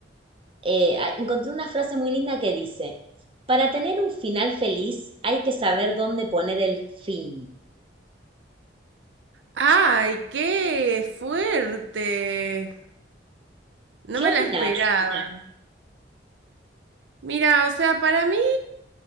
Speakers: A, on the right (about 30°); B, on the right (about 75°).
A: eh, a- encontré una frase muy linda que dice, para tener un final feliz hay que saber dónde poner el fin.
B: ¡Ay, qué fuerte! No
A: ¿Qué
B: me
A: opinás?
B: la esperaba. Mira, o sea, para mí